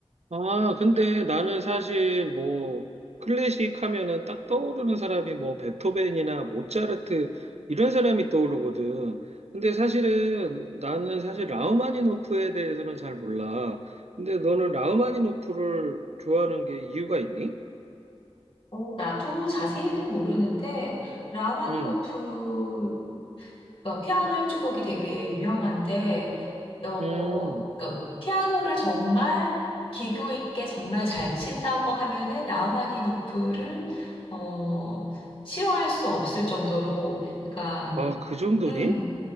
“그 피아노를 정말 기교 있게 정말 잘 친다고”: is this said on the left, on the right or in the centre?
Left